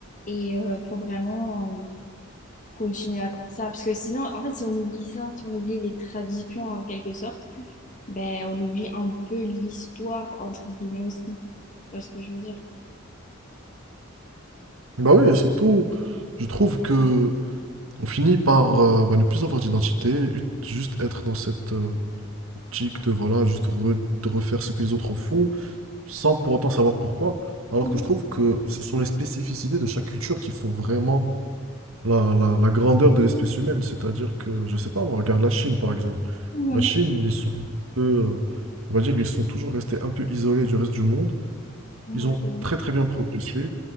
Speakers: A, on the left; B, on the right.
A: Et euh, faut vraiment euh, continuer à faire ça. Parce que sinon, en fait, si on oublie ça, si on oublie les traditions en quelque sorte, ben, on oublie un peu l'histoire, entre guillemets aussi. Tu vois ce que je veux dire?
B: Bah oui, et surtout, je trouve que on finit par euh, bah, ne plus avoir d'identité, ut- juste être dans cette euh, optique de voilà, juste re- de refaire ce que les autres font, sans pour autant savoir pourquoi. Alors
A: Mhm.
B: que je trouve que ce sont les spécificités de chaque culture qui font vraiment la, la- la grandeur de l'espèce humaine. C'est-à-dire que, je sais pas, moi, regarde la Chine, par exemple.
A: Ouais.
B: La Chine, ils sont un peu, euh, on va dire, ils sont toujours restés un peu isolés du reste du monde.
A: Ouais,
B: Ils ont
A: c'est vrai.
B: très, très bien progressé